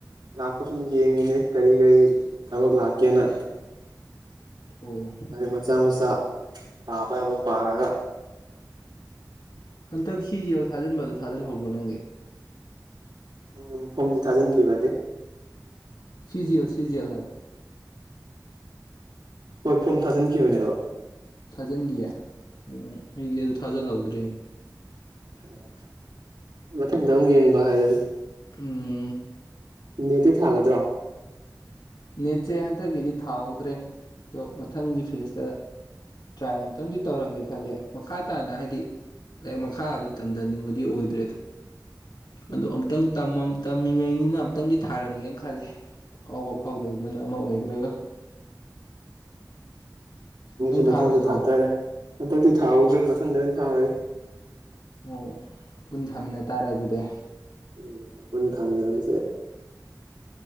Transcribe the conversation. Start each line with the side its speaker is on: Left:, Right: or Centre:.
Right: ꯂꯥꯛꯄ ꯁꯨꯝ ꯌꯦꯡꯉꯤꯅꯦ ꯀꯔꯤ ꯀꯔꯤ ꯊꯕꯛ ꯂꯥꯛꯀꯦꯅ
Left: ꯑꯣ
Right: ꯃꯆꯥ ꯃꯆꯥ ꯄꯥꯕ ꯌꯥꯕ ꯄꯥꯔꯒ
Left: ꯍꯟꯗꯛ ꯁꯤ ꯖꯤ ꯌꯦꯜ ꯊꯥꯖꯤꯟꯕꯗꯣ ꯊꯥꯖꯤꯜꯍꯧꯕ꯭ꯔꯣ ꯅꯪꯒꯤ
Right: ꯎꯝ ꯐꯣꯝꯗꯤ ꯊꯥꯖꯤꯟꯈꯤꯕꯅꯤ
Left: ꯁꯤꯖꯦꯜ ꯁꯤꯖꯦꯜ ꯍꯥꯏꯕ
Right: ꯍꯣꯏ ꯐꯣꯝ ꯊꯥꯖꯤꯟꯈꯤꯕꯅꯦꯕ
Left: ꯊꯥꯖꯟꯈꯤꯌꯦ ꯎꯝ ꯑꯩꯗꯤ ꯑꯗꯨ ꯊꯥꯖꯤꯜꯍꯧꯗ꯭ꯔꯦ
Right: ꯑꯣ ꯃꯊꯪꯗꯃꯨꯛ ꯌꯦꯡꯕ ꯍꯥꯏꯗꯨꯟ
Left: ꯎꯝ
Right: ꯅꯦꯠꯇꯤ ꯊꯥꯒꯗ꯭ꯔꯣ
Left: ꯅꯦꯠꯁꯦ ꯍꯟꯗꯛꯀꯤꯗꯤ ꯊꯥꯍꯧꯗ꯭ꯔꯦ ꯑꯗꯣ ꯃꯊꯪꯒꯤ ꯐꯦꯁꯇ ꯇ꯭ꯔꯥꯏ ꯑꯃꯝꯇꯪꯗꯤ ꯇꯧꯔꯝꯒꯦ ꯈꯜꯂꯦ ꯃꯈꯥ ꯇꯥꯅ ꯍꯥꯏꯗꯤ ꯂꯥꯏꯔꯤꯛ ꯃꯈꯥꯕꯨꯗꯤ ꯇꯝꯊꯅꯤꯡꯕꯗꯤ ꯑꯣꯏꯗ꯭ꯔꯦꯗꯥ
Right: ꯎꯝ
Left: ꯑꯗ‌ꯣ ꯑꯝꯇꯪ ꯇꯝꯃꯝ ꯇꯝꯃꯤꯉꯩꯅꯤꯅ ꯑꯝꯇꯪꯗꯤ ꯊꯥꯔꯝꯒꯦꯅ ꯈꯜꯂꯦ ꯐꯥꯎꯕ ꯐꯥꯎꯗꯕꯗꯨꯅ ꯑꯃ ꯑꯣꯏꯈ꯭ꯔꯒ
Right: ꯑꯩꯖꯨ
Left: ꯅꯪ ꯊꯥꯔꯣꯏꯗ꯭ꯔꯣ
Right: ꯃꯊꯪꯗ ꯊꯥ ꯇꯥꯔꯦ ꯍꯟꯗꯛꯇꯤ ꯊꯥꯍꯧꯗ꯭ꯔꯦ ꯃꯊꯪꯗ ꯑꯣꯏꯅ ꯊꯥꯔ
Left: ꯑꯣ ꯄꯨꯟ ꯊꯥꯃꯤꯟꯅ ꯇꯥꯔꯦ ꯑꯗꯨꯗꯤ
Right: ꯎꯝ ꯄꯨꯟꯅ ꯊꯥꯃꯤꯟꯅꯔꯁꯦ